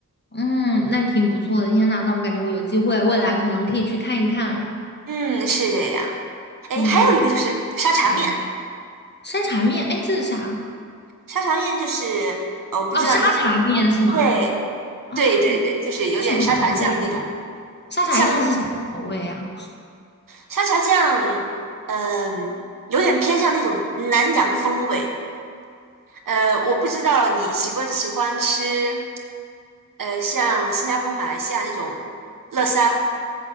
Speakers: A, on the left; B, on the right.
A: 嗯，那挺不错的，天呐，那我感觉我有机会未来可能可以去看一看。
B: 嗯，是这样。哎，
A: 对对，
B: 还有一个就是沙茶面，
A: 好有山茶面，哎，这是啥？
B: 嗯，沙茶面就是呃，我不知道你喜不喜欢，
A: 哦，沙茶面是吗？
B: 对，
A: 啊，
B: 对对对，就是有点沙茶酱的那种
A: 这什么口味？沙茶酱是什么口味啊？
B: 酱底沙茶酱，嗯、有点偏向那种南洋风味。呃，我不知道你喜不喜欢吃，呃，像新加坡、马来西亚那种乐沙。